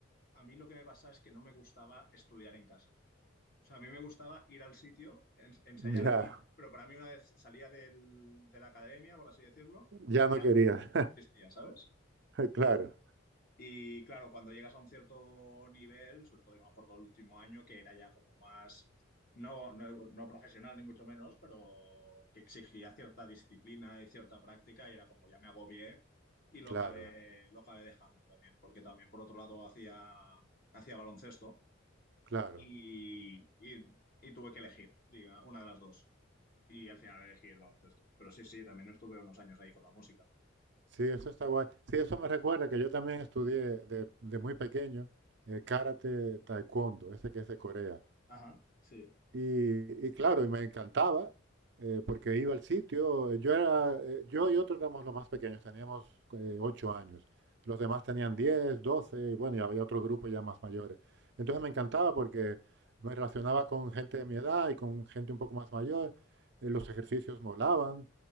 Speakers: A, on the left; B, on the right.
A: a mí lo que me pasaba es que no me gustaba estudiar en casa. O sea, a mí me gustaba ir al sitio, ens- ensayar
B: ya,
A: allí, pero para mí una vez salía del- de la academia, por así decirlo,
B: ya no
A: era
B: quería.
A: como que no existía, ¿sabes?
B: <laughs> Claro,
A: Y claro, cuando llegas a un cierto nivel, sobre todo yo me acuerdo el último año, que era ya como más, no, no, no profesional ni mucho menos, pero que exigía cierta disciplina y cierta práctica y era como ya me agobié y lo
B: claro.
A: acabé, lo acabé dejando también, porque también por otro lado hacía, hacía baloncesto
B: Claro,
A: y, y, y tuve que elegir, diga, una de las dos. Y al final elegí el baloncesto. Pero sí, sí, también estuve unos años ahí con la música.
B: sí, eso está guay. Sí, eso me recuerda que yo también estudié de, de muy pequeño eh, karate taekwondo, ese que es de Corea.
A: Ajá, sí.
B: Y, y claro, y me encantaba eh, porque iba al sitio. eh, Yo era, eh, yo y otros éramos los más pequeños, teníamos eh, ocho años. Los demás tenían 10, 12. y bueno, y había otro grupo ya más mayores. Entonces me encantaba porque me relacionaba con gente de mi edad y con gente un poco más mayor. eh, los ejercicios molaban.